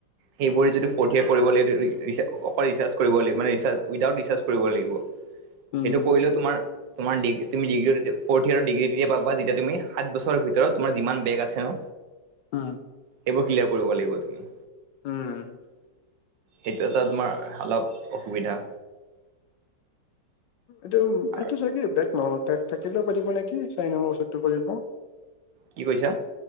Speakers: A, on the right (about 80°); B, on the left (about 75°).
A: সেইবোৰ যদি ফ'থ ইয়াৰ কৰিব লাগে -ৰি অকল ৰিচাৰ্জ কৰিব লাগিব মানে ৰিচাৰ্জ উইডাউট ৰিচাৰ্জ কৰিব লাগিব।
B: উম
A: সেইটো কৰিলেও তোমাৰ তোমাৰ ডিগ্ৰী তুমি ডিগ্ৰী ফৰ্থ ইয়াৰ ডিগ্ৰী তেতিয়া পাবা যেতিয়া তুমি সাতঁ বছৰ ভিতৰত তোমাৰ যিমান ব্ৰেক আছে <unintelligible>
B: উম
A: এইবোৰ ক্লিয়াৰ কৰিব লাগিব তুমি।
B: উম
A: সেইটো এটা তোমাৰ অলপ অসুবিধা।
B: এইটো
A: আৰু
B: এইটো চাগে ব্ৰেক নহয় ব্ৰেক থাকিলেও পাৰিব নেকি চাৰি নম্বৰ বছৰটো কৰিব।
A: কি কৈছা